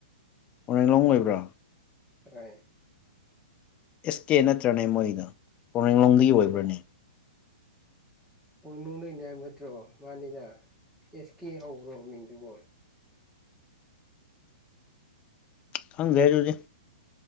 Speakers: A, on the left; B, in the centre.
A: ꯑꯣꯔꯂꯣꯡ ꯑꯣꯏꯕ꯭ꯔꯥ
B: ꯍ
A: ꯑꯦꯁ ꯀꯦ ꯅꯠꯇ꯭ꯔꯅꯦ ꯃꯣꯏꯗ ꯄꯣꯡꯂꯡꯂꯣꯡꯗꯒꯤ ꯑꯣꯏꯕ꯭ꯔꯅꯤ
B: ꯄꯣꯏꯅꯅꯨꯡ ꯅꯅꯦ ꯍꯥꯏ ꯅꯠꯇ꯭ꯔꯣ ꯃꯥꯅꯦꯗ ꯑꯦꯁ ꯀꯦ ꯍꯧꯕ꯭ꯔꯣ ꯃꯤꯡꯗꯨꯕꯣ
A: ꯊꯪꯒꯦ ꯇꯗꯤ